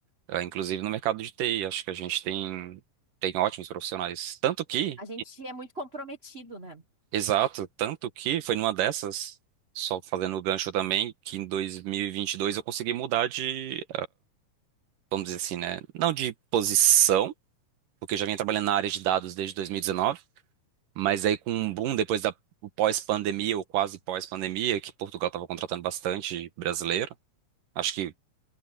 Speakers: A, on the right; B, on the right.
A: Ah, Inclusive no mercado de TI, acho que a gente tem, tem ótimos profissionais. Tanto que,
B: A gente é muito comprometido, né?
A: exato, tanto que foi numa dessas, só fazendo o gancho também, que em dois mil e e vinte e dois eu consegui mudar de, vamos dizer assim, né? Não de posição, porque eu já vinha trabalhando na área de dados desde 2019, mas aí com um boom depois da o pós-pandemia, ou quase pós-pandemia, que Portugal estava contratando bastante brasileiro. Acho que